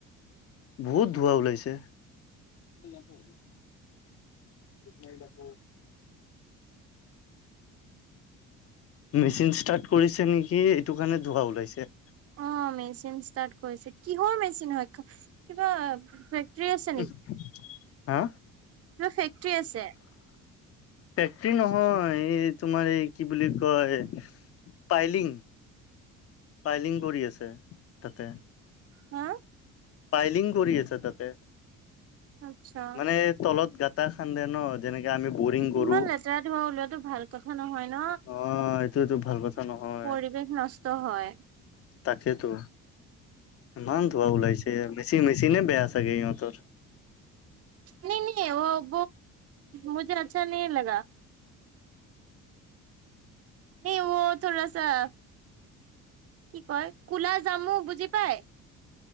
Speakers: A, on the left; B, on the right.
A: বহুত ধোঁৱা ওলাইছে। ঠিক আছে। <unintelligible> মেচিন ষ্টাৰ্ট কৰিছে নেকি এইটো কাৰণে ধোঁৱা ওলাইছে।
B: অ' মেচিন ষ্টাৰ্ট কৰিছে। কিহৰ মেচি হয়? কিবা আছে
A: ওহ হা।
B: তোমা ফেক্টৰী আছে।
A: ফেক্টী নহয় এই তোমাৰ এই কি বুলি কয় পাইলিং পাইলিং কৰি আছে তাতে।
B: হা।
A: পাইলিং কৰি আছে তাতে,
B: আচ্ছা।
A: মানে তলত গাটা খান্দে ন। যেনেকে আমি বৰিং কৰো,
B: ইমান লেতেৰা ধোৱা ওলোৱাটো ভাল কথা নহয় ন
A: অ' এইটোটো ভাল কথা। নহয়
B: পৰিৱেশ নষ্ট হয়।
A: তাকেতো ইমান ধোঁৱা ওলাইছে, মেচিনে মেচিনে বেয়া চাগে ইহঁতৰ।
B: নেই নেই অ' মুঝে আচ্ছা নেহি লাগা। নেহি অ' থোৰাচা কি কয় কোলা জামু বুজি পাই?